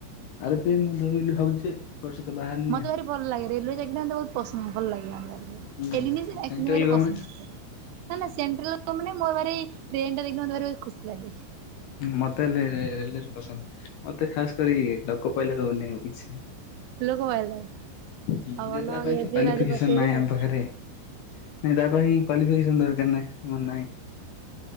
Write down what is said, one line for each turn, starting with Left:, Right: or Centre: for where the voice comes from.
Left: ଆରପିଏଫ୍ ମୁଁ ଦେବି ବୋଲି ଭାବୁଛି ଯେ ଏ ବର୍ଷ ତ ବାହାରନି
Right: ମତେ
Left: ଆଉ।
Right: ଭାରି ଭଲ ଲାଗେ ରେଲୱେ ଚାକିରି ବହୁତ୍ ପସନ୍ଦ ଭଲ ଲାଗେ। <unintelligible>
Left: ହୁଁ ସେଣ୍ଟ୍ରାଲ ଗଭର୍ଣ୍ଣମେଣ୍ଟ
Right: ନା ସେଣ୍ଟ୍ରାଲ ଗମେଣ୍ଟ ମୋରି ଟ୍ରେନ ଟା ଦେଖିଲ ମତେ ଭାରି ଖୁସି ଲାଗେ।
Left: ମତେ ରେଲୱେ ପସନ୍ଦ ମତେ ଖାସ୍ କରି ଲୋକ ପାଇଲଟ୍ ବନିଆକୁ ଇଚ୍ଛା।
Right: ଲୋକ ପାଇଲଟ।
Left: ହୁଁ
Right: ଆଉ ଭଲ
Left: ଯେ ତା ପାଇଁ
Right: ଇଏ
Left: ତ
Right: ବି
Left: କ୍ଵାଲିଫିକେସନ
Right: ଭାରି ପକେଇବେ
Left: ନହିଁ
Right: ଆଉ
Left: ଆମ ପାଖରେ। ନାଇଁ ତା ପାଇଁ ହଁ କ୍ୱାଲିଫିକେସନ ଦରକାର ନା ମୋର ନାଇଁ।